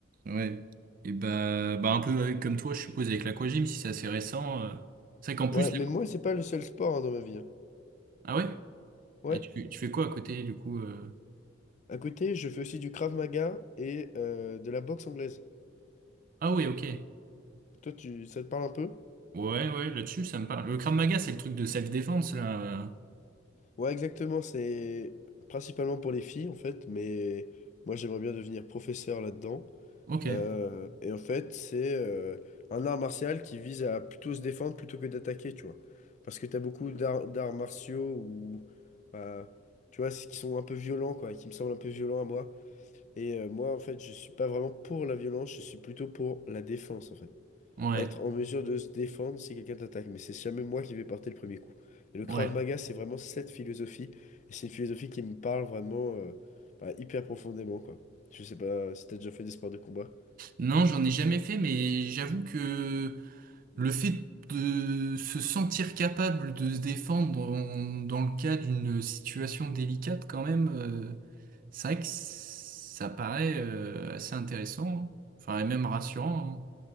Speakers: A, on the right (about 45°); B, on the left (about 40°).
A: Ouais. Et bah, bah un peu comme toi, je suppose, avec l'aquagym, si c'est assez récent. euh, C'est vrai qu'en plus.
B: Ouais,
A: la-
B: mais moi, c'est pas le seul sport hein, dans ma vie. hein.
A: Ah ouais?
B: Ouais.
A: Et tu, tu fais quoi à côté, du coup? euh,
B: À côté, je fais aussi du Krav Maga et euh, de la boxe anglaise.
A: Ah oui, ok.
B: Toi, tu, ça te parle un peu?
A: Ouais, ouais, là-dessus, ça me parle. Le Krav Maga, c'est le truc de self-défense, là. euh,
B: Ouais, exactement. C'est principalement pour les filles, en fait. Mais moi, j'aimerais bien devenir professeur là-dedans.
A: Ok.
B: Euh, et en fait, c'est euh, un art martial qui vise à plutôt se défendre plutôt que d'attaquer, tu vois. Parce que t'as beaucoup d'arts d'arts martiaux ou, bah, tu vois, qui sont un peu violents, quoi, qui me semblent un peu violents à moi. Et euh, moi, en fait, je suis pas vraiment pour la violence, je suis plutôt pour la défense, en fait.
A: Ouais,
B: Être en mesure de se défendre si quelqu'un t'attaque, mais c'est jamais moi qui vais porter le premier coup. Et le Krav
A: ouais.
B: Maga, c'est vraiment cette philosophie, et c'est une philosophie qui me parle vraiment euh, bah, hyper profondément, quoi. Je sais pas si t'as déjà fait des sports de combat.
A: Non, j'en ai jamais fait, mais j'avoue que. Le fait de se sentir capable de se défendre en- dans le cas d'une situation délicate, quand même, euh, c'est vrai que ça paraît euh, assez intéressant, hein. Enfin, et même rassurant.